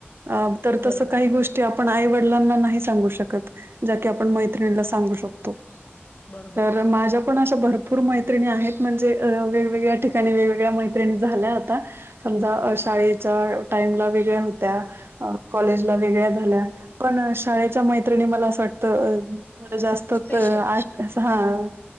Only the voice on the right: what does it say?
आव तर
तसं काही गोष् जे आपण आई वडिलांना नाही सांगू शकत ज्या की आपण मैत्रिणीला सांगू शकतो.
तर माझ्या पण अशा भरपूर मैत्रिणी आहेत. म्हणजे अ वेगवेगळ्या ठिकाणी वेगवेगळ्या मैत्रिणी झाल्या आता. समजा शाळेच्या टाईमला वेगळ्या होत्या कॉलेजला वेगळ्या झाल्या पण शाळेच्या मैत्रिणी मला असं वाटतं थोडं जास् तत
आश असं हा